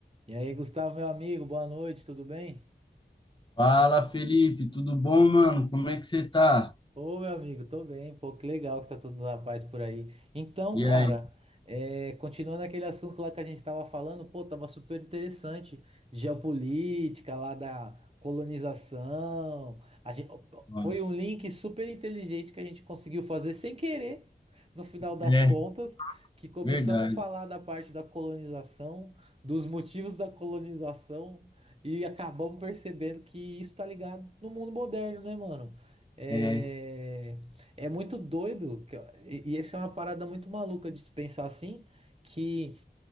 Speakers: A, on the right; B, on the left.
A: E aí, Gustavo, meu amigo, boa noite, tudo bem?
B: Fala, Felipe, tudo bom, mano? Como é que você tá?
A: Ô, meu amigo, tô bem, pô, que legal que tá todo na paz por aí. Então,
B: E
A: cara,
B: aí?
A: é, continuando aquele assunto lá que a gente tava falando, pô, tava super interessante, geopolítica lá da colonização, a gente,
B: Nossa.
A: foi um link super inteligente que a gente conseguiu fazer sem querer, no final das
B: É,
A: contas, que começamos
B: verdade.
A: a falar da parte da colonização, dos motivos da colonização, e acabamos percebendo que isso tá ligado no mundo moderno, né, mano? É,
B: É.
A: é muito doido, que- e, e essa é uma parada muito maluca de se pensar assim, que